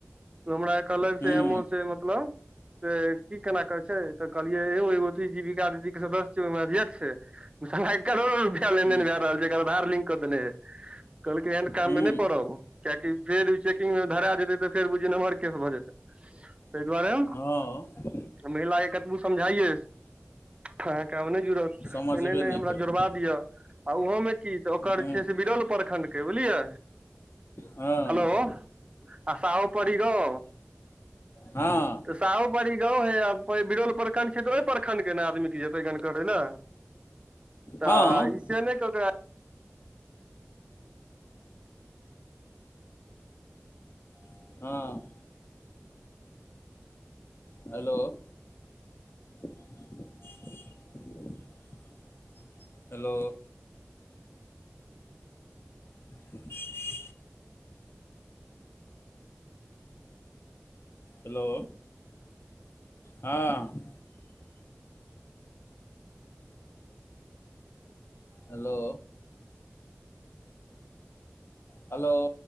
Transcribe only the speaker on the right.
हमरा कहल
सेमो से मतलब से की केना करै छै तऽ कहलियै यौ एगो जिविका दीदी के सदस्य ओहिमे अध्यक्ष छै करोड़ो लेनदेन
भए रहल छै एकर आधार लिंक कऽ देने हैत कहलके एहन काम
मे नहि पड़ब कियै कि फेर चेकिंग मे धरा जेतै तऽ फेर बुझियै नमहर केस भऽ जेतै तेँ दुआरे
महिला के कतबो समझायिए आहाॅंक आब नहि जूड़त
नहि नहि हमरा
जुड़बा दिअ आ ओहोमे की तऽ ओकर
जे छै से बिरल प्रखंड के बुझलियै
हेलो आ साहो परी रह
साहो पारी गांव है आ बिरल प्रखंड छै तऽ ओहि प्रखंड के ने आदमी केँ जेतै गन करै ल तऽ
आ ई से